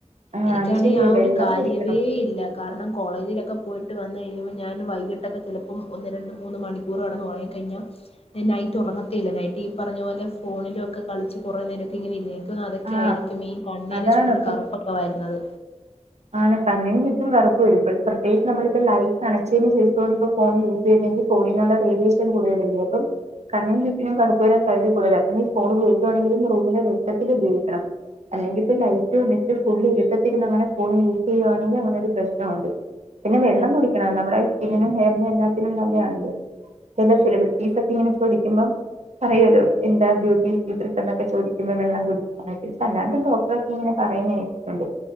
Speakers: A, on the right; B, on the left.
A: ആഹ്
B: എനിക്കാണെങ്കിൽ
A: അത് ശരിയാ
B: ആ
A: വെള്ളം
B: ഒരു കാര്യവേ
A: കുടിക്കണം
B: ഇല്ല കാരണം കോളേജിലൊക്കെ പോയിട്ട് വന്ന് കഴിയുമ്പോൾ ഞാൻ വൈകിട്ടൊക്കെ ചിലപ്പം ഒന്ന് രണ്ട് മൂന്ന് മണിക്കൂ കൂടെ കടന്ന് ഒറങ്ങി കഴിഞ്ഞാൽ നൈറ്റ് ഉറങ്ങത്തേ ഇല്ല നൈറ്റ് ഈ പറഞ്ഞ പോലെ ഫോണിലൊക്കെ കളിച്ച് കുറേ നേരൊക്കെ ഇങ്ങനെ ഇരിക്ക എനിക്ക് അതൊക്കെ
A: ആഹ്
B: ആയിരിക്കും ഈ കണ്ണിൻ
A: അതാണ്
B: ചുറ്റും
A: അപ്പം
B: കറുപ്പൊക്കെ വരുന്നത്.
A: ആണ് കണ്ണിന് ചുറ്റും കറുപ്പ് വരും പ്രത്യകിച്ച് നമ്മളിപ്പം ലൈറ്റ് അണച്ചതിന് ശേഷാണിപ്പം ഫോൺ യൂസ് ചെയ്യുന്നെങ്കിൽ ഫോണിനുള്ള റേഡിയേഷൻ കൂടുതലല്ലേ അപ്പം കണിനും ചുറ്റിനും കറുപ്പ് വരാൻ സാധ്യത കൂതലാ അപ്പം നീ ഫോൺ ഉപയോഗുകവാണെങ്കിലും റൂമിലെ വെട്ടത്തില് ഉപയോഗിക്കണം. അല്ലെങ്കി ഇപ്പം ലൈറ്റ് അണച് ഫുൾ ഇരുട്ടത്തിരുന്ന് അങ്ങനെ ഫോൺ യൂസ് ചെയ്യവാണെങ്കിൽ അങ്ങനൊരു പ്രശ്നമുണ്ട്. പിന്നെ വെള്ളം കുടിക്കണം നമ്മുടെ സ്കിന്നിനും ഹെയറിനും എല്ലാത്തിനും നല്ലേയാണത്. ചെല സെിബ്രിറ്റീസ് ഒക്കെ ഇങ്ങനെ ചോദിക്കുമ്പം പറയൊല്ലോ എന്താ ബ്യൂട്ടി സീക്രട്ട് എന്നൊക്കെ ചോദിക്കുമ്പോ വെള്ളം കുടി അതായത് അല്ലാണ്ടും ഡോക്ടറൊക്കെ ഇങ്ങനെ പറയുന്നെ കേട്ടിട്ടുണ്ട്.